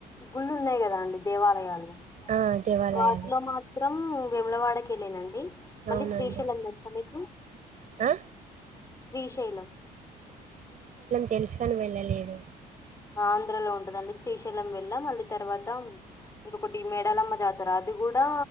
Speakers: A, on the left; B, on the right.
A: గుళ్ళు ఉన్నాయి కదా అండి దేవాలయాలు
B: ఆ, దేవాలయాలు
A: వాటిలో మాత్రం విములవాడకి కీ లేనండి మళ్ళీ
B: అవునా
A: శ్రీశైలం
B: అండి
A: తెల్సా మీకు
B: ఆ?
A: శ్రీశైలం
B: తెలుసుకని వెళ్ళలేదు
A: ఆంధ్రలో ఉంటదండి శ్రీశైలం వెళ్ళాం మళ్ళ తర్వాత ఇంకొకటి మేడాలమ్మ జాతర అది కూడా